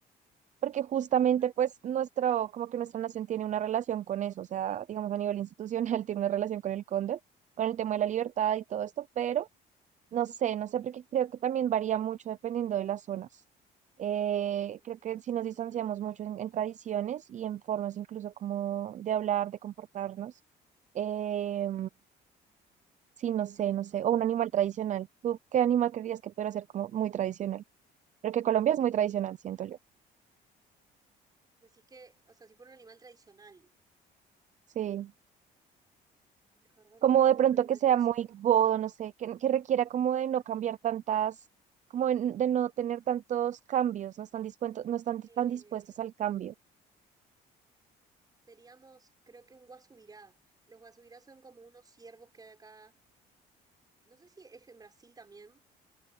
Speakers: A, on the right (about 45°); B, on the right (about 20°).
A: porque justamente
B: Por la
A: pues nuestro,
B: cultura.
A: como que nuestra nación tiene una relación con eso, o sea, digamos a nivel institucional <laughs> tiene una relación con el cóndor, con el tema de la libertad y todo esto, pero no sé, no sé, porque creo que también varía mucho dependiendo de las zonas. Eh,
B: Mm,
A: creo que si nos distanciamos
B: mm.
A: mucho en, en tradiciones y en formas incluso como de hablar, de comportarnos, eh, sí, no sé, no sé, o un animal tradicional. ¿Tú qué animal creerías que pudiera ser como muy tradicional? Porque Colombia es muy tradicional, siento yo.
B: Decís que, o sea, si fuera un animal tradicional.
A: Sí.
B: Ay, la verdad que
A: como
B: si fuéramos
A: de pronto
B: un animal
A: que sea
B: tradicional.
A: muy godo, no sé, que, que requiera como de no cambiar tantas, como de, de no tener tantos cambios, no están dispuestos, no están
B: eh,
A: tan dispuestos al cambio.
B: Seríamos, creo que un guasubirá. Los guasubirás son como unos ciervos que hay acá. No sé si es en Brasil también